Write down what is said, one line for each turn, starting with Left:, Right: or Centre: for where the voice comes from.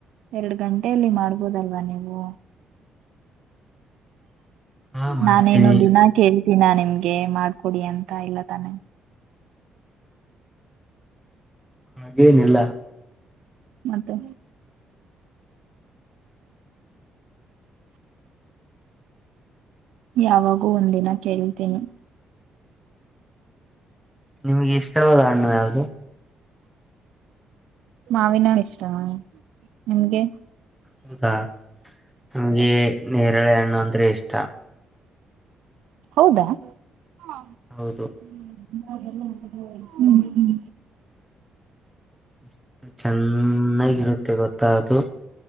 Right: ಎರಡು ಗಂಟೆಯಲ್ಲಿ ಮಾಡ್ಬೋದಲ್ವಾ ನೀವು
Centre: ಹಾ ಮಾಡ್ತೀನಿ
Right: ನಾನೇನು ದಿನಾ ಕೇಳ ದಿನಾ ನಿಮ್ಗೆ ಮಾಡ್ಕೊಡಿ ಅಂತ ಇಲ್ಲ ತಾನೆ
Centre: ಹಾಗೇನಿಲ್ಲ
Right: ಮತ್ತೆ ಯಾವಾಗೂ ಒಂದಿನ ಕೇಳ್ತೀನಿ
Centre: ನಿಮ್ಗೆ ಇಷ್ಟವಾದ ಹಣ್ಣು ಯಾವಧು
Right: ಮಾವಿನೋಳ ಇಷ್ಟ ನಿಮ್ಗೆ
Centre: ಹೌದಾ ನಮ್ಗೆ ನೇರಳೆ ಹಣ್ಣು ಅಂದ್ರೆ ಇಷ್ಟ
Right: ಹೌದಾ ಹಾ
Centre: ಹೌದು
Right: ಹ್ಮ ಹ್ಮ್ ಹ್ಮ್
Centre: ಎಷ್ಟು ಚೆನ್ನಾಗಿರುತ್ತೆ ಗೊತ್ತ ಅದು